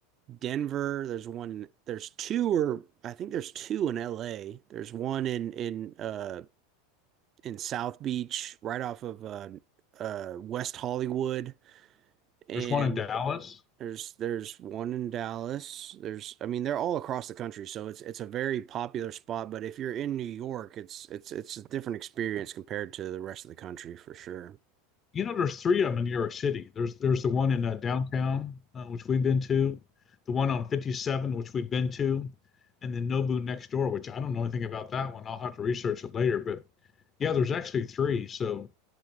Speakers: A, on the right; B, on the left.
A: Denver. There's one. in- There's two, or I think there's two in L.A. There's one in in uh in South Beach, right off of uh uh West Hollywood, and
B: There's one in Dallas.
A: there's there's one in Dallas. There's I mean they're all across the country, so it's it's a very popular spot. But if you're in New York, it's it's it's a different experience compared to the rest of the country for sure.
B: You know, there's three of them in New York City. There's there's the one in uh, downtown, uh, which we've been to, the one on 57, which we've been to, and then Nobu next door, which I don't know anything about that one. I'll have to research it later. But yeah, there's actually three. So